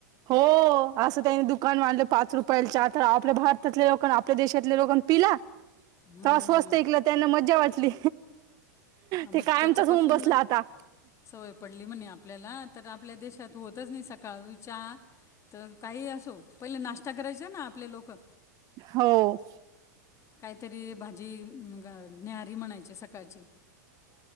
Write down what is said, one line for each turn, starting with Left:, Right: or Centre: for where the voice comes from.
Right: हो,, असं त्यांनी दुकान मांडलं पाच रुपयाला चहा तर, आपल्या भारतातले लोक,, आपल्या देशातले लोक पिला.
Left: हां
Right: त स्वस्त ईकला, त्यांना मज्जा वाटली.
Left: ह, <inaudible>
Right: ते
Left: मग
Right: कायमचाच
Left: त्याच्यापासून
Right: होऊन बसला
Left: ना,,
Right: आता
Left: सवय पडली म्हणे आपल्याला,, तर आपल्या देशात होतऽ होतच नाही सकाळ, चहा,, तर काही असो,, पहिले नाश्ता करायचा ना आपले लोकं
Right: हो,
Left: काहीतरी भाजी न्याहारी म्हणायची सकाळची.